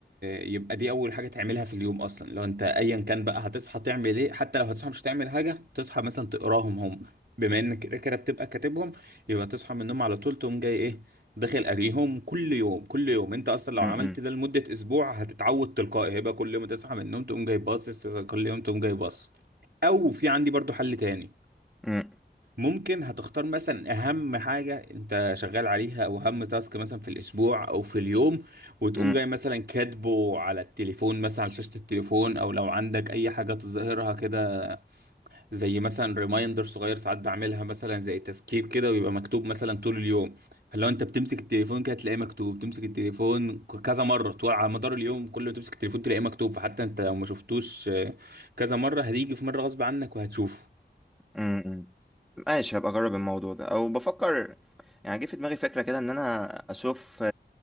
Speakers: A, on the right; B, in the centre.
A: يبقى دي اول حاجه تعملها في اليوم اصلا لو انت ايا كان بقى هتصحى تعمل ايه حتى لو هتصحى مش هتعمل حاجه تصحى مثلا تقراهم هم بما انك كده كده بتبقى كاتبهم يبقى تصحى من النوم على طول تقوم جاي ايه داخل قاريهم كل يوم كل يوم انت اصلا
B: م-
A: لو عملت
B: م-
A: ده لمده اسبوع هتتعود تلقائي هيبقى كل يوم تصحى من النوم تقوم جاي باصص كل يوم تقوم جاي باصص او في عندي برضو حل تاني
B: م-
A: ممكن هتختار مثلا اهم حاجة انت شغال عليها او اهم تاسك مثلا في الاسبوع او في اليوم وتقوم
B: م-
A: جاي مثلا كاتبه على التليفون مثلا على شاشة التليفون او لو عندك اي حاجة تظهرها كده زي مثلا ريمايندر صغير ساعات بعملها مثلا زي تذكير كده ويبقى مكتوب مثلا طول اليوم فلو انت بتمسك التليفون كده تلاقيه مكتوب تمسك التليفون ك- كذا مرة طول على مدار اليوم كل ما تمسك التليفون تلاقيه مكتوب فحتى انت لو ما شفتوش آه، كذا مرة هتيجي في مرة غصب عنك وهتشوفه
B: م- م. ماشي هبقى اجرب الموضوع ده او بفكر يعني جه في دماغي فكره كده ان انا اشوف